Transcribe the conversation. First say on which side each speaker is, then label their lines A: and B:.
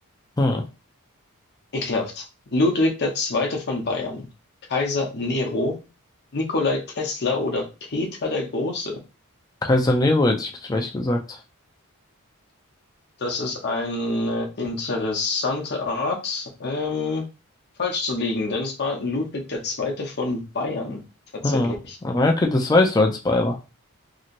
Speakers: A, on the left; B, on the left.
A: Hm.
B: Ekelhaft. Ludwig der Zweite von Bayern, Kaiser Nero, Nikolai Tesla oder Peter der Große?
A: Kaiser Nero hätte ich vielleicht gesagt.
B: Das ist eine interessante Art, ähm, falsch zu liegen, denn es war Ludwig der Zweite von Bayern tatsächlich.
A: Hm. Okay, das weißt du als Bayer.